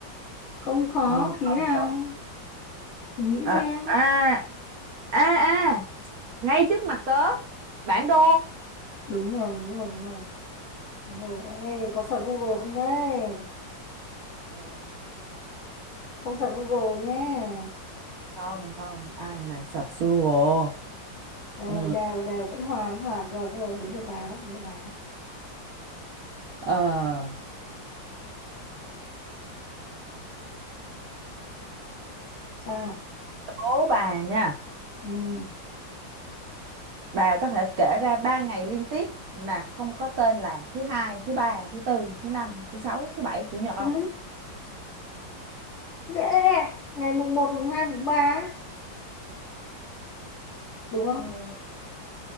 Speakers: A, on the left; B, on the right.
A: không khó
B: nhưng
A: tí
B: không
A: nào
B: có.
A: thử nghĩ
B: À,
A: xem
B: à, à, à, ngay trước mặt tớ. Bản đồ.
A: đúng rồi đúng rồi đúng rồi đúng rồi ê có search Google không đấy
B: Ê,
A: không search Google nhé
B: không, không, ai mà search Google.
A: rồi
B: Ừ.
A: đều đều vẫn hòa vẫn hòa rồi rồi đến lượt bà đó đến lượt bà đó
B: Ờ,
A: sao
B: đố bà nha.
A: ừ.
B: Bà có thể kể ra ba ngày liên tiếp mà không có tên là thứ hai, thứ ba, thứ tư, thứ năm, thứ sáu, thứ bảy, chủ nhật không?
A: ừ. dễ ngày mùng một mùng hai mùng ba ấy. đúng không
B: Ừ,